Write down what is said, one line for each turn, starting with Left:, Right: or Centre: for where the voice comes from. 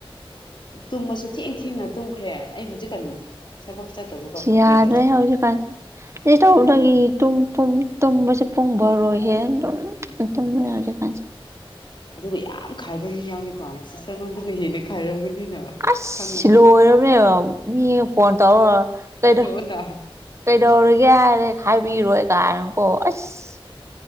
Left: ꯇꯨꯝꯃꯁꯨ ꯊꯦꯡ ꯊꯦꯡꯅ ꯇꯨꯝꯈ꯭ꯔꯦ ꯑꯩ ꯍꯧꯖꯤꯛꯀꯥꯟ ꯊꯕꯛ ꯆꯠꯇꯕꯀꯣ
Right: ꯌꯥꯗ꯭ꯔ
Left: ꯕ꯭ꯔꯦꯛ ꯂꯧꯕ
Right: ꯍꯧꯁꯨ ꯀꯥꯟꯁꯤꯦ ꯇꯧꯗꯒꯤ ꯇꯨꯝꯕꯁꯦ ꯄꯨꯡ ꯕꯔꯣꯏꯍꯦ ꯑꯗꯨꯝ ꯃꯔ ꯀꯖ
Left: ꯑꯗꯨꯒ ꯌꯥꯝ ꯈꯥꯏꯕ ꯃꯤ ꯌꯥꯎꯏꯀꯣ ꯁꯤꯁꯇꯔ ꯉꯗꯨꯅ ꯍꯦꯟꯅ ꯈꯥꯏꯔꯝꯒꯅꯤꯅ
Right: ꯑꯁ
Left: ꯈꯪꯉꯦ
Right: ꯂꯣꯏꯔꯕꯅꯦꯕ ꯃꯤ ꯐꯣꯟ ꯇꯧꯔ ꯀꯩꯗꯣ
Left: ꯗ
Right: ꯀꯩꯗꯧꯔꯒꯦ ꯍꯥꯏꯔ ꯍꯥꯏꯕꯤꯔꯣꯏ ꯀꯥꯏꯅꯅꯨꯀꯣ ꯑꯁ